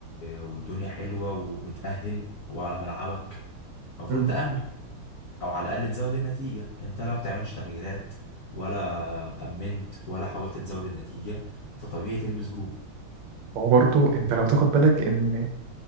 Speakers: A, on the left; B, on the right.
A: والدنيا حلوة ومتأهل وعلى ملعبك فالمفروض
B: امم
A: تأمن أو على الأقل تزود النتيجة أنت لا بتعملش تغييرات ولا أمنت ولا حاولت تزود النتيجة فطبيعي تلبس جون
B: هو برضو انت لو تاخد بالك ان